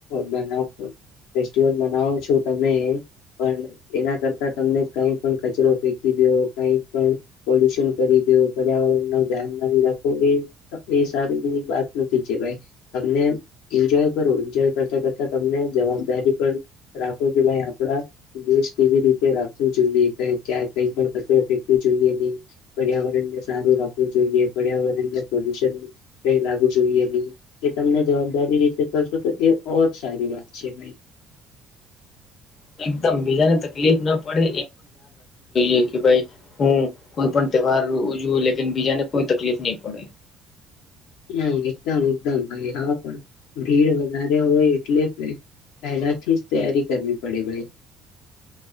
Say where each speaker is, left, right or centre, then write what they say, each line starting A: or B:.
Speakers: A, on the left (about 80°); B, on the left (about 45°).
A: બનાવો. ફેસ્ટિવલ મનાવો છો તમે. પણ એના કરતા તમને કઈ પણ કચરો ફેંકી દેવ કઈ. પોલ્યુશન કરી દેવું, પર્યાવરણ ને ધ્યાન નઈ રાખો એ એ સારી તમે એન્જોય કરો જેને કરતા કરતા તમને જવાબદારી પણ રાખો કે ભાઈ આપડા દેશ કેવી રીતે રાખવો જોઈએ ક્યાંક કઈ પણ કશુંક બી જોઈએ નઇ, પર્યાવરણ ને સારું રાખવું જોઈએ, પર્યાવરણ ને પોલ્યુશન કઈ લાગુ જોઈએ એ તમને જવાબદારી રીતે કરશો તો એ ઓર સારી વાત છે ભઈ
B: <unintelligible> <inaudible> <inaudible> એકદમ બીજાને તકલીફ ના પડે એ પણ તહેવાર ઉજવુ લેકિન બીજાને કોઈ તકલીફ નહી પડે.
A: હા, એકદમ એકદમ ભાઈ હા પણ ભીડ વધારે હોય, એટલે પહેલાથી જ તૈયારી, કરવી પડે ભાઈ